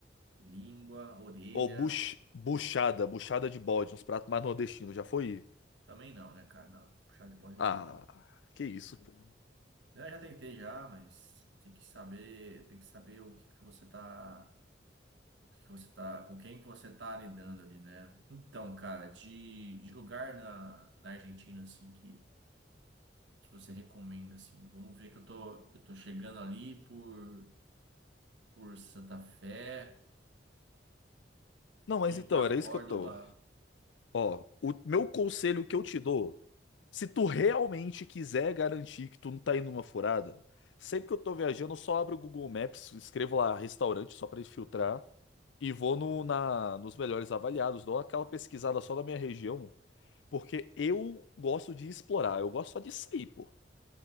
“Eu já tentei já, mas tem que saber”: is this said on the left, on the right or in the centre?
Right